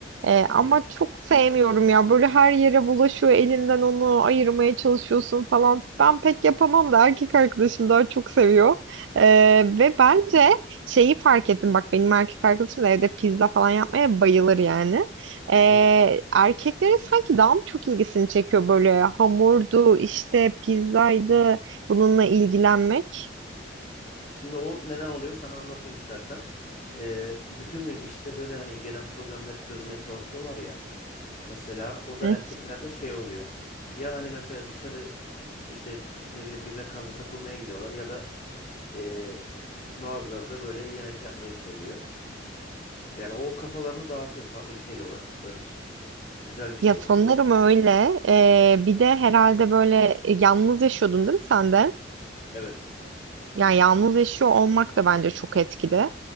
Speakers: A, on the right; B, on the left.
A: Eee,
B: Hı hı.
A: ama çok sevmiyorum ya. Böyle her yere bulaşıyor. Elinden onu ayırmaya çalışıyorsun falan. Ben pek yapamam da erkek arkadaşım daha çok seviyor. Eee, ve bence şeyi fark ettim. Bak benim erkek arkadaşım da evde pizza falan yapmaya bayılır yani. Ee,
B: Hı hı.
A: erkeklerin sanki daha mı çok ilgisini çekiyor böyle hamurdu işte pizzaydı bununla ilgilenmek.
B: Şimdi o neden oluyor sana anlatayım istersen. Ee, bütün gün işte böyle hani gelen problemleri çözmeye çalışıyorlar ya. Mesela o da
A: Hı.
B: erkeklerde şey oluyor. Ya hani mesela dışarı işte ne bileyim bir mekanda takılmaya gidiyorlar ya da ee, bazıları da böyle yemek yapmayı seviyor. Yani o kafalarını dağıtıyor farklı bir şeyle uğraştıkları için. Güzel bir şey
A: Ya
B: yani.
A: sanırım öyle. Ee, bir de herhalde böyle e, yalnız yaşıyordun değil mi sen de?
B: Evet.
A: Yani yalnız yaşıyor olmak da bence çok etkili.